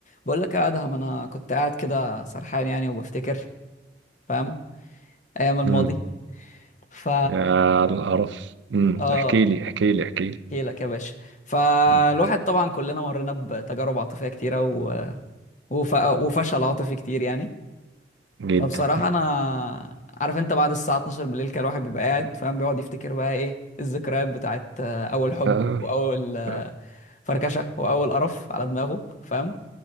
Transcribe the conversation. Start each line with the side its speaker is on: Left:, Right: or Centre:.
Left: بقول لك يا ادهم انا كنت قاعد كده سرحان يعني وبفتكر فاهم ايام الماضي
Right: امم
Left: ف
Right: على القرف امم
Left: اه
Right: احكي لي احكي لي احكي لي
Left: احكي لك يا باشا فالواحد
Right: مم.
Left: طبعا كلنا مرينا بتجارب عاطفيه كتيره و... وف... وفشل عاطفي كتير يعني
Right: جدا
Left: فبصراحه انا عارف انت بعد الساعه 12 بالليل كان الواحد بيبقى قاعد فاهم بيقعد يفتكر بقى ايه الذكريات بتاعت آه، اول حب
Right: <laughs> آه.
Left: واول آه،
Right: آه.
Left: فركشه واول قرف على دماغه فاهم